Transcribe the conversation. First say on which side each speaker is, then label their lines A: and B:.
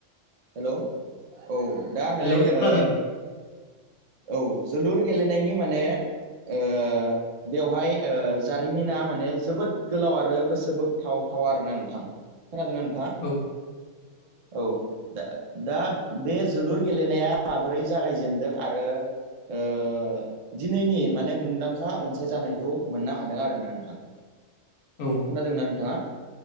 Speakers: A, on the right; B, on the left.
A: हेल' औ दा
B: हेलौ
A: नै
B: खोनादों
A: ओ औ जोलुर गेलेनायनि माने ओ बेवहाय ओ जारिमिना माने जोबोद गोलाव आरो गोसो बोगथावथाव आरोना नोंथां। खोनादोंना नोंथाङा?
B: औ
A: औ। दा दा बे जोलुर गेलेनाया माबोरै जागायजेेनदों आरो ओ दिनैनि माने मुंदांखा अनसाय जानायखौ मोननो हादों आरोना नोंथां।
B: औ।
A: खोनादों ना नोंथाङा?